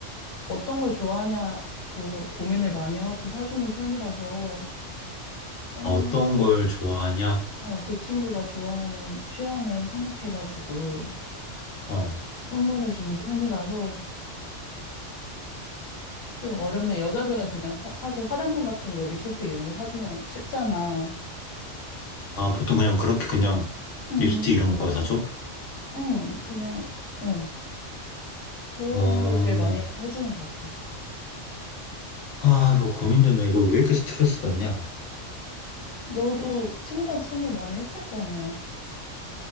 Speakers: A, on the left; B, on the left.
A: 어떤 걸 좋아하냐 그거 고민을 많이 하고 사주는 편이라서, 어,
B: 아, 어떤 걸 좋아하냐?
A: 어, 그 친구가 좋아하는 취향을 생각해가지고
B: 어,
A: 선물해주는 편이라서 좀 어렵네. 여자들은 그냥 화- 사실 화장품 같은 거, 립스틱 이런 거 사주면 쉽잖아.
B: 아, 보통 그냥 그렇게 그냥
A: 응,
B: 립스틱 이런 거 사줘?
A: 응, 그냥. 어. 그런
B: 어,
A: 걸 제일 많이 해주는 것 같아.
B: 아, 이거 고민되네. 이거 왜 이렇게 스트레스 받냐?
A: 너도 친구들한테 선물 많이 했을 거 아니야.